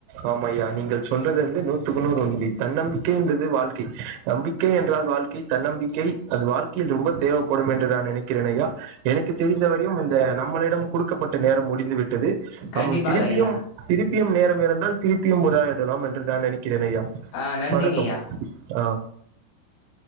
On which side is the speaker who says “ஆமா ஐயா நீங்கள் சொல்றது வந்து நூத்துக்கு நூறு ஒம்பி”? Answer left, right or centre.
Right